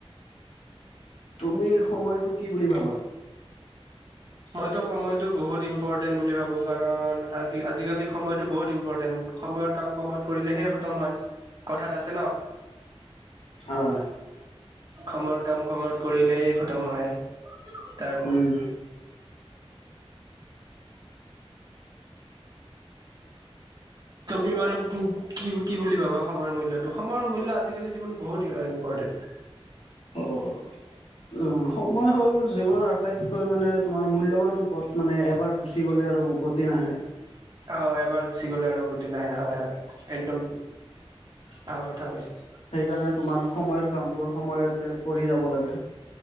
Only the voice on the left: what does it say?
তুমি সময়টো কি বুলি ভাবা।
হয়
উম
অহ উম সময় হ'ল জীৱনৰ টাইতকৈ মানে তোমাৰ মূল্যৱান সম্পদ মানে এবাৰ গুচি গ'লে আৰু উভত তি নাহে।
সেইকাৰণে তোমাৰ সময়ৰ কামবোৰ সময়তে কৰি যাব লাগে।